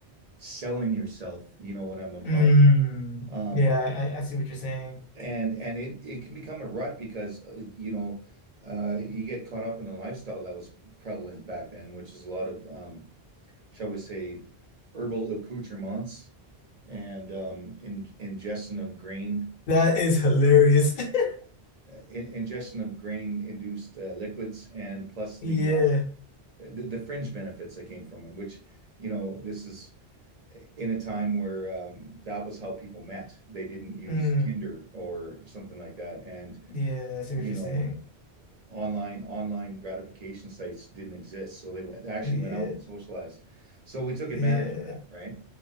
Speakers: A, on the right (about 45°); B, on the left (about 55°).
A: selling yourself, you know what I'm implying.
B: Mm,
A: Um
B: yeah, I, I see what you're saying.
A: and and it it can become a rut because uh, you know uh you get caught up in the lifestyle that was prevalent back then, which is a lot of um shall we say herbal accoutrements and um in, ingestion of grain
B: That is hilarious. <laughs>
A: in ingestion of grain-induced uh, liquids and plus
B: Yeah.
A: the uh, the the fringe benefits that came from it, which, you know, this is in a time where um, that was how people met. They didn't use
B: Mm,
A: Tinder or something like that. And,
B: yeah, I see
A: you
B: what you're
A: know,
B: saying.
A: online online gratification sites didn't exist. So they went, they actually
B: Yeah.
A: went out and socialized. So we took
B: Yeah.
A: advantage of that, right?